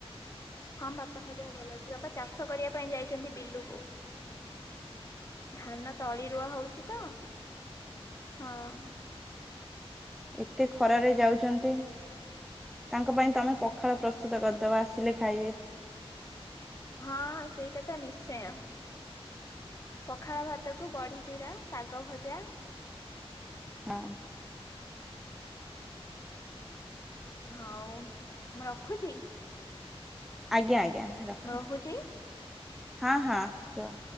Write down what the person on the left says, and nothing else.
ହଁ ବା ବାପାଙ୍କ ଦେହ ଭଲ ଅଛି। ବାପା ଚାଷ କରିବା ପାଇଁ ଯାଇଛନ୍ତି ବିଲୁକୁ। ଧାନ ତଳି ରୁଆ ହଉଛି ତ। ହଁ।
ହଁ ସେଇଟା ତ ନିଶ୍ଚୟ। ପଖାଳ ଭାତକୁ ବଢି ଚୁରା ଶାଗ ଭଜା।
ହଉ ମୁଁ ରଖୁଛି।
ମୁଁ ରହୁଛି
ଆଜ୍ଞା